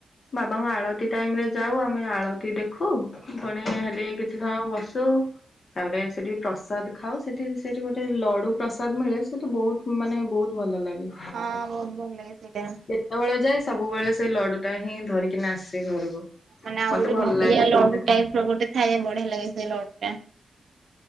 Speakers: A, on the left (about 55°); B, on the right (about 75°).
A: ବାବାଙ୍କ ଆଳତି ଟାଇମରେ ଯାଉ ଆମେ ଆଳତି ଦେଖୁ। ପୁଣି ହେଠି କିଛି ସମୟ ବସୁ। ତାପରେ ସେଠି ପ୍ରସାଦ ଖାଉ ସେଠି ସେଠି ଗୋଟେ ଲଡୁ ପ୍ରସାଦ ମିଳେ ସେଠୁ ବହୁତ ମାନେ ବହୁତ ଭଲ ଲାଗେ।
B: ହଁ ବହୁତ ଭଲ ଲାଗେ ସେଇଟା
A: ଯେତେବେଳେ ଯାଏ ସବୁବେଳେ ସେଇ ଲଡୁଟା ହିଁ ଧରିକିନା ଆସେ ଘରକୁ।
B: ମାନେ ଆଉ
A: ମତେ
B: ଗୋଟେ
A: ଭଲ
B: ନଡିଆ
A: ଲାଗେ
B: ଲଡୁ
A: ସେଟା ଖାଇବା
B: ଟାଇପର ଗୋଟେ ଥାଏ ବଢିଆ ଲାଗେ ସେ ଲଡୁଟା